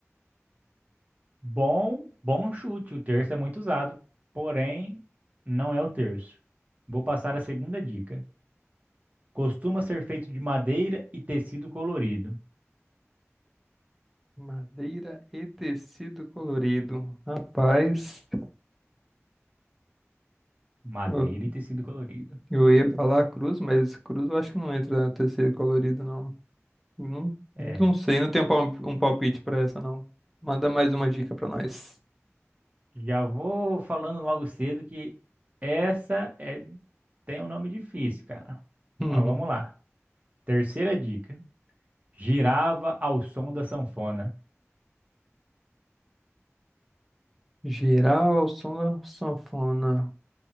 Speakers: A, on the right (about 30°); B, in the centre.
A: Bom, bom chute, o terço é muito usado, porém não é o terço. Vou passar a segunda dica. Costuma ser feito de madeira e tecido colorido.
B: Madeira e tecido colorido. Rapaz,
A: Madeira
B: eu,
A: e tecido colorido.
B: eu ia falar cruz, mas cruz eu acho que não entra na tecido colorido, não. Não,
A: É,
B: não sei, não tenho pal- um palpite pra essa, não. Manda mais uma dica pra nós.
A: Já vou falando logo cedo que essa é tem um nome difícil, cara.
B: <laughs>
A: Mas vamos lá. Terceira dica. Girava ao som da sanfona.
B: Girar ao som da sanfona.